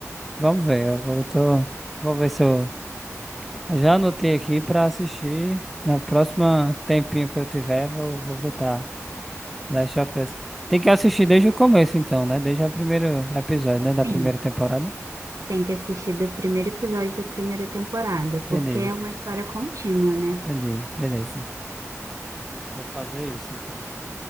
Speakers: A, in the centre; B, on the right.
A: vamos ver. Eu vou, tô- vou ver se eu. Já anotei aqui pra assistir. Na próxima tempinho que eu tiver, vou, vou botar Last of Us. Tem que assistir desde o começo, então, né? Desde o primeiro episódio, né? Da primeira
B: Sim.
A: temporada.
B: Tem que assistir do primeiro episódio da primeira temporada,
A: Entendi,
B: porque é uma história contínua, né?
A: entendi. Beleza. Vou fazer isso, então.